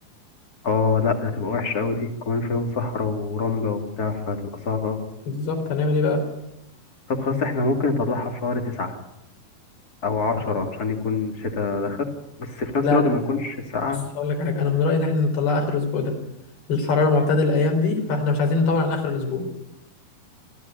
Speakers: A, on the left (about 30°); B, on the left (about 90°).
A: اه لا ده هتبقى وحشة أوي دي كمان في يوم صحراء ورملة وبتاع فهتبقى صعبة أوي
B: بالظبط هنعمل ايه بقى
A: طب خلاص احنا ممكن نطلعها في شهر تسعة أو عشرة عشان يكون الشتاء دخل بس في نفس
B: لا
A: الوقت
B: لا
A: ما يكونش
B: لا لا
A: ساقعة
B: بص هقول لك حاجة انا من رأيي ان احنا نطلعها اخر الاسبوع ده الحرارة معتدلة الايام دي فاحنا مش عايزين نطول عن اخر الاسبوع